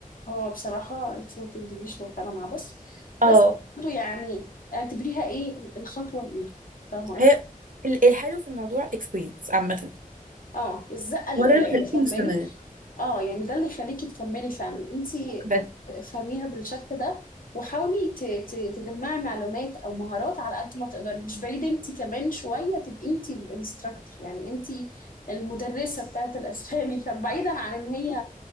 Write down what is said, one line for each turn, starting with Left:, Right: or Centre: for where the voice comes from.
Left: هو بصراحة انت ما بتكدبيش هو فعلا عبث
Right: اه
Left: بس برضه يعني اعتبريها ايه الخطوة الأولى فاهمة
Right: هي
Left: قصدي؟
Right: ال- الحلو في الموضوع الاكسبيرينس عامه
Left: اه الزقه الاولى
Right: هو ده اللي مخليكي
Left: يعني فاهماني
Right: مستمره
Left: اه يعني ده اللي يخليكي تكملي فعلا انتي
Right: بس
Left: افهميها بالشكل ده وحاولي ت- ت- تجمعي معلومات او مهارات على قد ما تقدري مش بعيد انتي كمان شويه تبقي انتي الانستراكتور يعني انتي المدرسه بتاعت الاسباني <laughs> فبعيدا عن ان هي